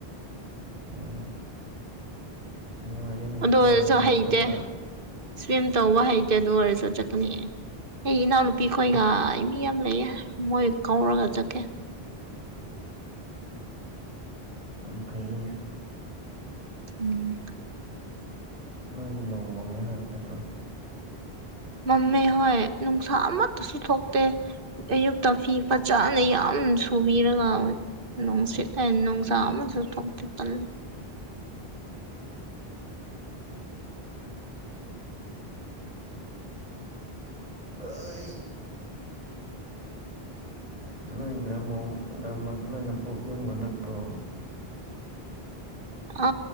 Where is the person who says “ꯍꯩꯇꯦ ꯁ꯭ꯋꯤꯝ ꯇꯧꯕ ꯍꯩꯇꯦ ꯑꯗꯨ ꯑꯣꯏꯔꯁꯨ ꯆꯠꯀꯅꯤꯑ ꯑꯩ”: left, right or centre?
Right